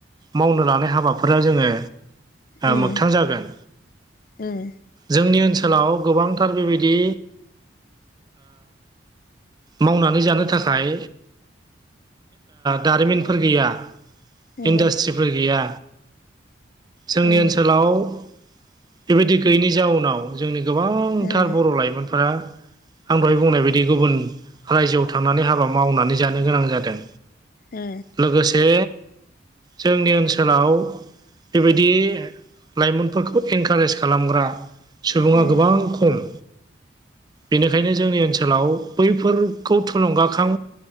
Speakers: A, on the right (about 20°); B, on the left (about 45°).
A: मावनो लानाय हाबाफोरा जोंङो
B: उम
A: मोगथां जागोन
B: उम
A: जोंनि ओनसोलाव गोबांथार बेबायदि मावनानै जानो थाखाय दारिमिनफोर गैया
B: नंगौ
A: इडास्ट्रि गैया जोंनि
B: उम
A: ओनसोलाव बेबायदि गैयिनि जाउनाव जोंनि गोबांथार
B: उम
A: बर' लाइमोनफोरा आं दहाय बुंनाय बायदि गुबुन रायजोआव थांनानै हाबा मावनानै जानो गोनां जादों।
B: ओ
A: लोगोसे जोंनि ओनसोलाव बेबायदि लाइमोनफोरखौ इनकारेज खालामग्रा सुबुंङा
B: उम
A: गोबां खम बेनिखायनो जोंनि ओनसोलाव बैफोरखौ थुलुंगाखां